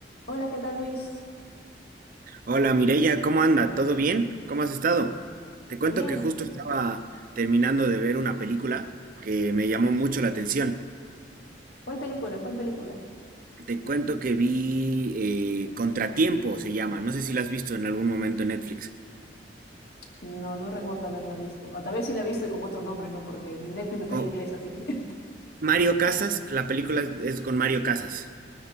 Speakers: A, on the left (about 55°); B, on the right (about 50°).
A: Hola, ¿qué tal, Luis?
B: Hola Mireya, ¿cómo anda? ¿Todo bien? ¿Cómo has estado? Te cuento
A: Bien.
B: que justo estaba terminando de ver una película que me llamó mucho la atención.
A: ¿Cuál película? ¿Cuál película?
B: Te cuento que vi eh, Contratiempo, se llama. No sé si la has visto en algún momento en Netflix.
A: No, no recuerdo haberla visto. O tal vez sí la he visto y con otro nombre, ¿no? Porque mi Netflix está
B: Con
A: en inglés, así que. <laughs>
B: Mario Casas, la película es con Mario Casas.